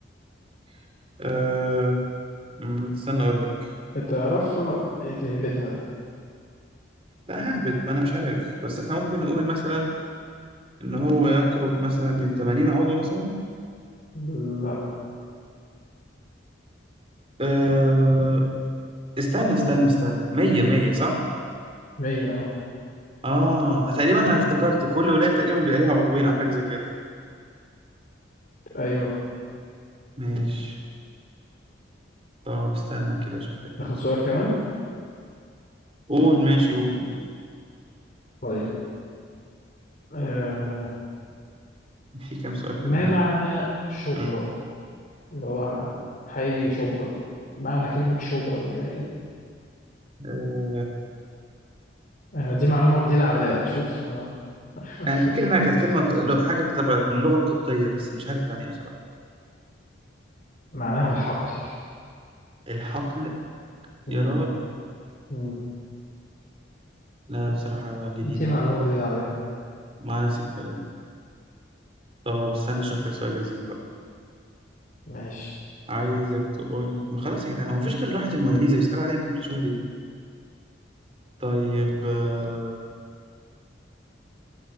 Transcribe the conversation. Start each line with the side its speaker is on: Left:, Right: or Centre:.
Right: <laughs> آه مم، استنى أقول لك
Left: تعرفها إيه تهبدها
Right: لا ههبد ما أنا مش عارف بس إحنا ممكن نقول مثلا إن هو يقرب مثلا من 80 عضو مثلا
Left: لا
Right: آه استنى استنى استنى 100 100 صح؟
Left: مية أهو
Right: اه تقريبا انا افتكرت كل ولاية تقريبا بيبقى ليها عضوين او حاجة زي كده
Left: أيوة
Right: ماشي طب استنى كده اشوف لك
Left: ناخد
Right: كام سؤال
Left: سؤال كمان
Right: قول ماشي قول
Left: طيب آه
Right: قول. في كام سؤال حلوين
Left: ما معنى
Right: أهو.
Left: شبرا
Right: مم.
Left: اللي هو حي شبرا معنى كلمة شبرا دي بقى ايه
Right: آه.
Left: انا دي معلومة جديدة عليا انا اشوف آه، <laughs>
Right: انا فاكر انها كانت كلمة لو- حاجة تبع من اللغة القبطية بس مش عارف يعني ايه بصراحة
Left: معناها الحقل
Right: الحقل
Left: مم.
Right: يا راجل
Left: مم.
Right: لا بصراحة جديدة
Left: دي معلومة
Right: معرفش
Left: جديدة عليا
Right: مع نفس الكلام طب استنى اشوف لك سؤال لذيذ بقى
Left: ماشي
Right: عايزك تقول ما خلاص يا جدعان هو مفيش غير لوحة الموناليزا بيسألوا عليها كل شوية ليه طيب آه.